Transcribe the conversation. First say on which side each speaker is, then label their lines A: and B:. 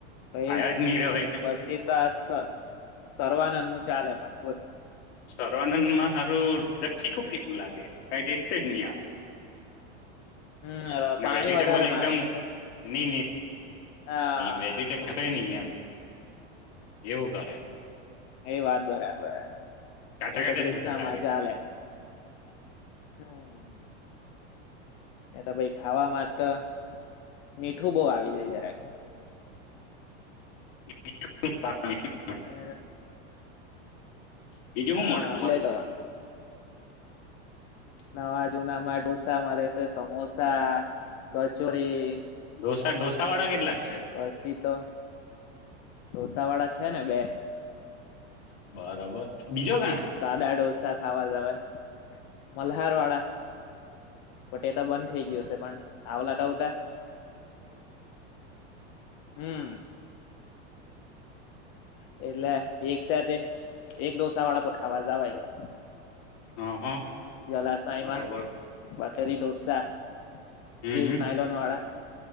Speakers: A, on the left; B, on the left.
A: પછી
B: ખાયા જ નહી રેવાય ને
A: પછી તો <unintelligible> સર્વાનંદ નું ચાલે મજબૂત
B: સર્વાનંદમાં હારું સેજ ફીકું ફીકું લાગે કઈ ટેસ્ટેજ નઈ આવે
A: હમ્
B: ને
A: પાણી
B: વેજીિટેબલ
A: વધારે
B: એકદમ
A: મારે છે એ લોકો
B: નહી
A: હા
B: વેજીિટેબલ <inaudible> એમ એવું તાર
A: એ વાત બરાબર
B: કાચા
A: પછી
B: કાચા
A: તો ક્રિષ્નામાં
B: જ બધા લાગે
A: ચાલે હમ્ એ તો પાઈ ખાવામાં તો <unintelligible> બહુ આવી જાય જરાક
B: <inaudible>
A: <unintelligible>
B: બીજું
A: હા
B: શું મળે તમારે
A: એટલે તો નવા જુના માં ઢોસા મળે છે સમોસા કચોરી
B: ડઢોસા ડઢોસા વાળા કેટલા
A: પછી તો ઢોસા વાળા છે ને બે.
B: બરાબર. બીજો ક હે
A: સાદા ડોસા ખાવા જવા મલ્હાર વાળા બટ એ તો બંધ થઈ ગયું છે. પણ આવલા ત ઉટા હમ્મ એટલે એક સાથે એક ડોસાવાળા પણ, ખાવા જાવાય વારી.
B: હ હ.
A: જલાસાઈમાં
B: બરોબર
A: બટ ફરી ડોસા.
B: હમ
A: ચીઝ
B: હમ
A: નાઇલોન વાળા.